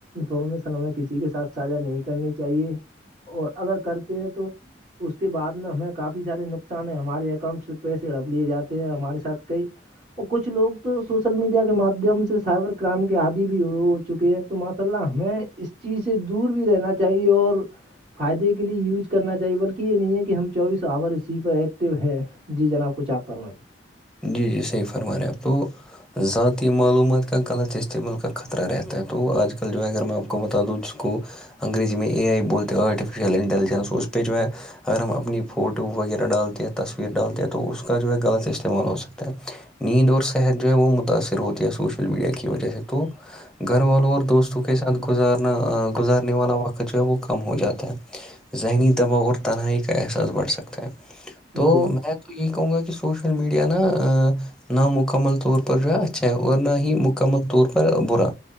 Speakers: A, on the right; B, in the centre.
A: دونوں میں سلمے کسی کے ساتھ ساھا نہیں کرنی چاہیے اور اگر کرتے ہیں تو اس کے بعد میں ہمیں کافی سارے نقصان ہیں ہمارے اکاؤنٹ سے پیسے رپ لیے جاتے ہیں ہمارے ساتھ کئی اور کچھ لوگ تو سوشل میڈیا کے مادھیم سے سائبر کرائم کے آدی بھی ہو چکے ہیں تو ماشاء اللہ ہمیں اس چیز سے دور بھی رہنا چاہیے اور فائدے کے لیے یوز کرنا چاہیے بلکہ یہ نہیں ہے کہ ہم چوبیس آور اسی پر ایکٹیو ہیں جی جناب کچھ آپ فرمائی
B: جی جی صحیح فرما رہے ہیں آپ تو ذاتی معلومات کا غلط استعمال کا خطرہ رہتا ہے تو آج کل جو ہے اگر میں آپ کو بتا دوں جس کو انگریی میں ا آئی بولتے تو آٹفشل انٹیلجنس اس پیچ م میں اگر ہم اپنی فوٹو وغیرہ ڈالتے ہیں تصویر ڈالتے ہیں تو اس کا جو ہے غلط اس استعمال ہو سکتا ہے نیند اور صحت جو ہے وہ متاثر ہوتی ہے سوشل میڈیا کی وجہ سے تو گھر والوں اور دوستوں کے ساتھ گزارنا گزارنے والا وقت جو ہے وہ کم ہو جاتا ہے ذہنی دباؤ اور تنہائی کا احساس بڑھ سکتا ہے تو
A: جی
B: میں تو یہ کہوں گا کہ سوش سوشل میڈیا نا ن مکمل طور پر جو ہے اچھا ہے اور نہ ہی مکمل طور پر برا